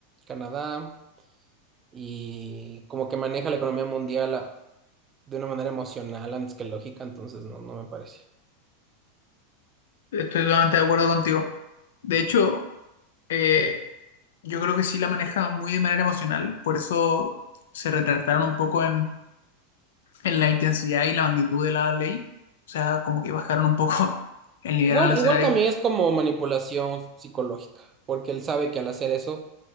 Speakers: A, on the right; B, on the left.
A: Canadá y como que maneja la economía mundial de una manera emocional antes que lógica, entonces no, no me parece.
B: Estoy totalmente de acuerdo contigo. De hecho, eh, yo creo que sí la maneja muy de manera emocional, por eso se retractaron un poco en en la intensidad y la magnitud de la ley. O sea, como que bajaron un poco <laughs> el nivel
A: Igual,
B: arancelario.
A: igual también es como manipulación psicológica, porque él sabe que al hacer eso